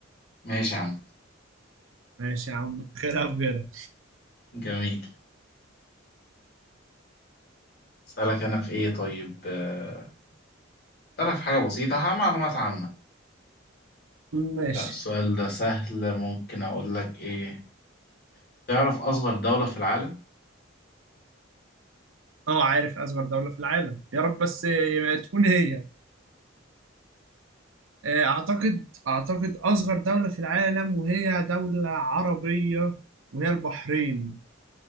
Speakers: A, on the left; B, on the right.
A: ماشي يا عم
B: ماشي يا عم خيرها بغيرها
A: جميل أسألك أنا في إيه طيب آه، أسألك في حاجة بسيطة ح- معلومات عامة
B: ماشي
A: لا السؤال ده سهل ممكن أقول لك إيه تعرف أصغر دولة في العالم؟
B: اه عارف اصغر دولة في العالم يا رب بس آه، تكون هي آه، أعتقد أعتقد أصغر دولة في العالم وهي دولة عربية وهي البحرين